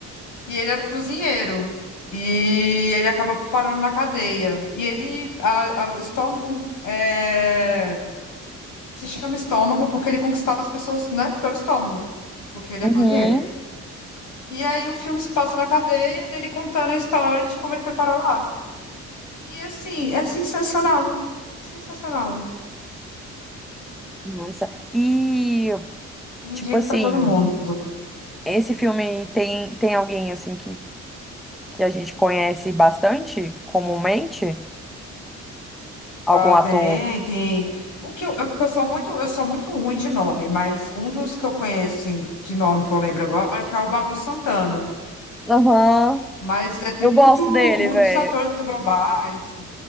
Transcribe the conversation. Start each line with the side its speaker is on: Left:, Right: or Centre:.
Left: e ele era cozinheiro. E ele acaba parando na cadeia. E ele. a- a- o estômago é, se chama estômago porque ele conquistava as pessoas, né? Pelo estômago. Porque ele
Centre: Uhum,
Left: é cozinheiro. E aí o filme se passa na cadeia dele contando a história de como ele foi parar lá. E assim, é sensacional. Sensacional.
Centre: massa. E
Left: Indico
Centre: tipo assim,
Left: pra todo mundo.
Centre: esse filme tem tem alguém assim que que a gente conhece bastante comumente, algum
Left: Ah,
Centre: ator.
Left: tem, tem. O que eu, eu, porque eu sou muito, eu sou muito ruim de nome, mas um dos que eu conheço, assim, de nome que eu lembro agora, que é o Babu Santana.
Centre: Aham,
Left: Mas é, tem
Centre: eu gosto
Left: muito,
Centre: dele,
Left: muitos
Centre: velho.
Left: atores globais.